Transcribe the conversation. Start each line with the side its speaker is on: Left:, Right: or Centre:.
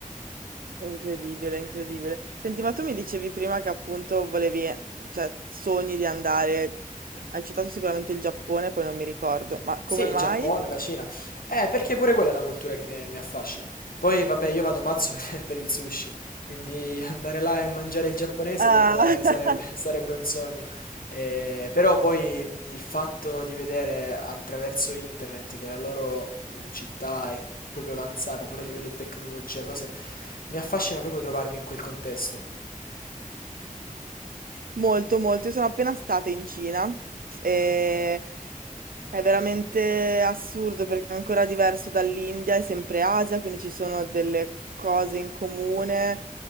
Right: Incredibile, incredibile. Senti, ma tu mi dicevi prima che appunto volevi, cioè, sogni di andare, hai citato sicuramente il Giappone, poi non mi ricordo, ma
Left: Sì,
Right: come
Left: il
Right: mai?
Left: Giappone, la Cina. Eh, perché pure quella è una cultura che mi, mi affascina. Poi, vabbè, io vado pazzo <laughs> per, per il sushi, quindi <laughs> andare là e mangiare il giapponese
Right: Ah,
Left: per me sarebbe,
Right: <laughs>
Left: <laughs> sarebbe un sogno. Eh, però poi il fatto di vedere attraverso internet che la loro mh, città è proprio avanzata, pure a livello di tecnologia, cose, mi affascina proprio trovarmi in quel contesto.
Right: molto, molto. Io sono appena stata in Cina e È veramente assurdo perché è ancora diverso dall'India, è sempre Asia, quindi ci sono delle cose in comune,